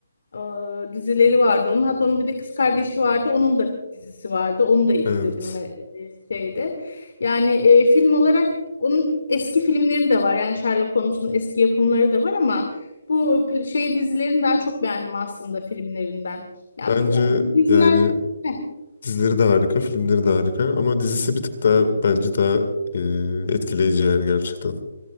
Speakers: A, on the left (about 65°); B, on the left (about 45°).
A: e, dizileri vardı onun. Hatta onun bir de kız kardeşi vardı. Onun da dizisi vardı. Onu da izledim
B: Evet.
A: e, şeyde. Yani e, film olarak onun eski filmleri de var. Yani Sherlock Holmes'un eski yapımları da var ama bu pl- şey dizilerini daha çok beğendim aslında filmlerinden. Ya
B: Bence
A: bir- e, diziler
B: yani
A: Heh.
B: dizileri de harika, filmleri de harika ama dizisi bir tık daha bence daha e, etkileyici yani gerçekten.